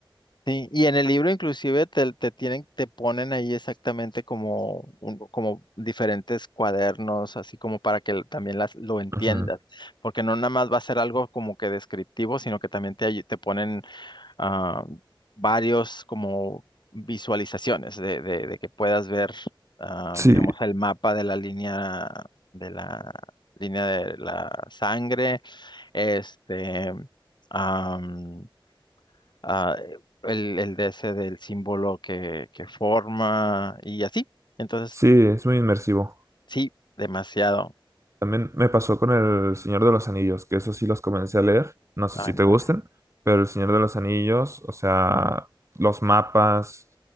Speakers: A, on the left (about 55°); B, on the right (about 35°).
A: Sí, y en el libro inclusive te, te tienen, te ponen ahí exactamente como, un- como diferentes cuadernos, así como para que l- también las, lo entiendas,
B: Ujú.
A: porque no nada más va a ser algo como que descriptivo, sino que también te, ayu- te ponen ah, varios como visualizaciones de, de, de que puedas ver, ah,
B: Sí,
A: digamos, el mapa de la línea, de la línea de la sangre, este... am, ah, el, el D S del símbolo que, que forma y así. Entonces,
B: Sí, es muy inmersivo.
A: sí, demasiado.
B: También me pasó con El Señor de los Anillos, que eso sí los comencé a leer. No sé
A: Ándale.
B: si te gusten, pero El Señor de los Anillos, o sea, los mapas,